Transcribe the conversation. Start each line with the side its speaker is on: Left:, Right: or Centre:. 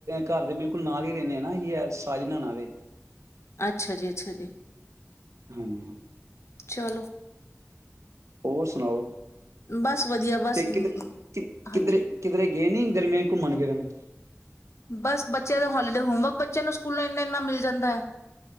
Right: ਘਰ ਦੇ ਬਿਲਕੁਲ ਨਾਲ ਹੀ ਰਹਿੰਦੇ ਆ ਨਾ ਹੀ ਸਾਜਨਾਾਂ ਦੇ
Left: ਅੱਛਾ ਜੀ ਅੱਛਾ ਜੀ
Right: ਹਾਂਜੀ
Left: ਚਲੋ
Right: ਹੋਰ ਸੁਣਾਓ
Left: ਬਸ ਵਧੀਆ ਬਸ
Right: ਤੇ ਕਿਧ ਕਿਧਰੇ
Left: ਹਾਂਜੀ
Right: ਕਿਧਰੇ ਗਏ ਨੀ ਗਰਮੀਆਂ ਘੁੰਮਣ ਫਿਰਨ
Left: ਬਸ ਬੱਚਿਆਂ ਦੇ ਹਲੀੀਡੇ ਹੋਮਵਰਕ ਬੱਚਿਆਂ ਨੂੰ ਸਕੂਲਾਂ ਇੰਨਾ ਇੰਨਾ ਮਿਲ ਜਾਂਦਾ ਹੈ